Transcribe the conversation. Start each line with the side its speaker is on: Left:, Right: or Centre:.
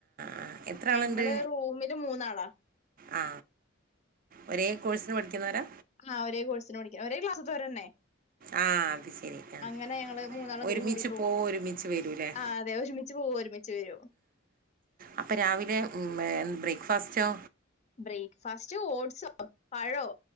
Right: ആ. എത്ര
Left: ഞങ്ങള്
Right: ആളുണ്ട്
Left: റൂമില് മൂന്നാളാ
Right: ആ ഒരേ കോഴ്സിന് പഠിക്കുന്നവരാ
Left: ആ ഒരേ കോഴ്സിന് പാടിക്കണ ഒരേ ക്ലാസ്രന്നെ
Right: ആ അത് ശരി ആ
Left: അങ്ങനെ ഞങ്ങള് മൂന്നാളും
Right: ഒരുമിച്ച്
Left: കൂടിയും കൂടിട്ട് റൂ
Right: പോ
Left: എടു
Right: ഒരുമിച്ച് വരൂ അല്ലേ
Left: ആ അതെ ഒരുമിച്ച് പോവൂ ഒരുമിച്ച് വരും
Right: അപ്പം രാവിലെ ബ്രേക്ക്ഫാസ്റ്റോ
Left: ബ്രേക്ക്ഫാസ്റ്റ് ഓട്സോ പഴോ